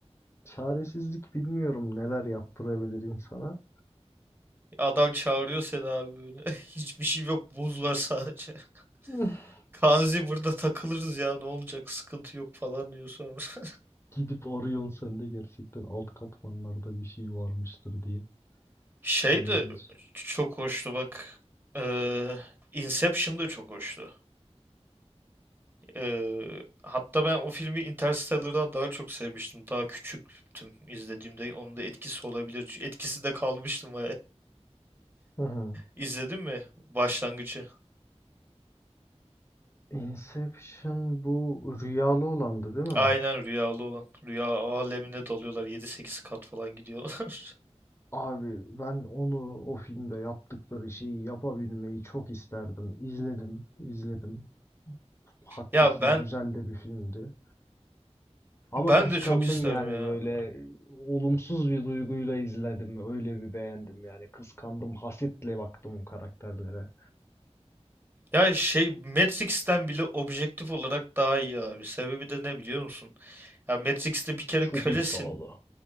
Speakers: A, on the left; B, on the right.
A: Çaresizlik bilmiyorum neler yaptırabilir insana.
B: Adam çağırıyor seni abi böyle. <laughs> Hiçbir şey yok. Buz var sadece.
A: <laughs>
B: <laughs> Kanzi burada takılırız ya ne olacak sıkıntı yok falan diyor sonra. <laughs>
A: Gidip arıyorsun sen de gerçekten alt katmanlarda bir şey varmıştır diye.
B: Şey
A: İlginç.
B: de çok hoştu bak. Ee, Inception da çok hoştu. Ee, hatta ben o filmi Interstellar'dan daha çok sevmiştim. Daha küçüktüm izlediğimde. Onun da etkisi olabilir. Etkisi de kalmıştım.
A: Hı hı.
B: İzledin mi başlangıcı?
A: Inception bu rüyalı olandı değil mi?
B: Aynen rüyalı olan. Rüya alemine dalıyorlar. yedi sekiz kat falan gidiyorlar. <laughs>
A: Abi ben onu o filmde yaptıkları şeyi yapabilmeyi çok isterdim. İzledim, izledim. Haklısın,
B: Ya ben
A: güzel de bir filmdi. Ama
B: ben
A: kıskandım
B: de çok isterdim
A: yani
B: ya.
A: böyle olumsuz bir duyguyla izledim. Öyle bir beğendim yani. Kıskandım, hasetle baktım o karakterlere.
B: Ya şey Matrix'ten bile objektif olarak daha iyi abi. Sebebi de ne biliyor musun? Ya Matrix'te bir kere
A: Çok
B: kölesin.
A: iddialı.